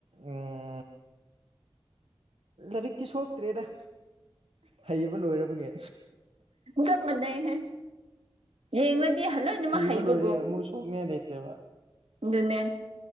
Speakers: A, on the right (about 75°); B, on the right (about 85°).
A: ꯎꯝ ꯂꯥꯏꯔꯤꯛꯇꯤ ꯁꯣꯛꯇ꯭ꯔꯦꯗ ꯍꯩꯕ ꯂꯣꯏꯔꯕꯒꯤ
B: ꯆꯞ ꯃꯥꯟꯅꯩꯍꯦ ꯌꯦꯡꯂꯗꯤ ꯂꯣꯏꯅꯃꯛ
A: ꯍꯩꯕ
B: ꯍꯩꯕꯒꯨꯝ
A: ꯂꯣꯏꯔꯦ ꯑꯃꯨꯛ ꯁꯣꯛꯅꯤꯡꯉꯥꯏ ꯂꯩꯇ꯭ꯔꯦꯕ
B: ꯑꯗꯨꯅꯦ